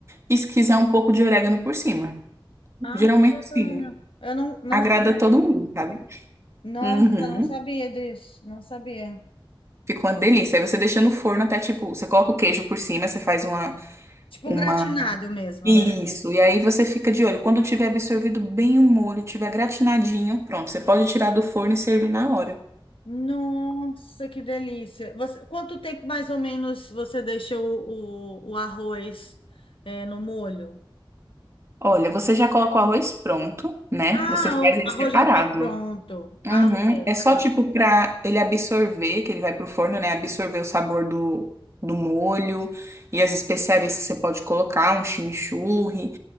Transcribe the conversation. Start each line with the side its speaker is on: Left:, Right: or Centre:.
Right: e se quiser um pouco de orégano por cima.
Left: Ai,
Right: Geralmente,
Left: que bacana.
Right: sim,
Left: Eu não, não
Right: agrada
Left: sabia.
Right: todo mundo, sabe?
Left: Nossa,
Right: Uhum.
Left: eu não sabia disso. Não sabia.
Right: Fica uma delícia. Aí você deixa no forno até, tipo, você coloca o queijo por cima, você faz uma,
Left: Tipo
Right: uma...
Left: um gratinado mesmo,
Right: Isso.
Left: né?
Right: E aí você fica de olho. Quando tiver absorvido bem o molho, tiver gratinadinho, pronto. Você pode tirar do forno e servir na hora.
Left: Nossa, que delícia. Você, quanto tempo mais ou menos você deixa o, o, o arroz é, no molho?
Right: Olha, você já coloca o arroz pronto, né?
Left: Ah,
Right: Você faz
Left: o
Right: ele
Left: arroz
Right: separado.
Left: já vai pronto.
Right: Uhum.
Left: Ah, ok.
Right: É só tipo pra ele absorver, que ele vai pro forno, né? Absorver o sabor do, do molho e as especiarias que você pode colocar, um chimichurri.